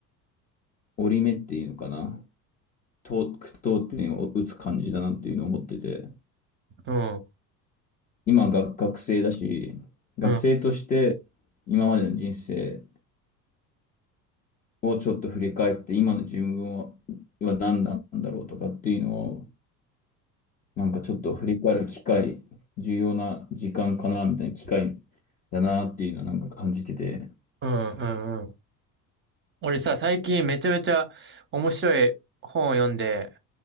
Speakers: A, on the left (about 20°); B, on the right (about 25°).
A: 折り目っていうのかな、と、句読点を打つ感じだなっていうのを思ってて、
B: うん、うん、
A: 今が学生だし、学生として
B: うん、
A: 今までの人生をちょっと振り返って、今の自分は、は何なんだろうとかっていうのを、なんかちょっと振り返る機会、重要な時間かな、みたいな機会だなっていうのはなんか感じてて。
B: うん、うん。俺さ、最近めちゃめちゃ面白い本を読んで、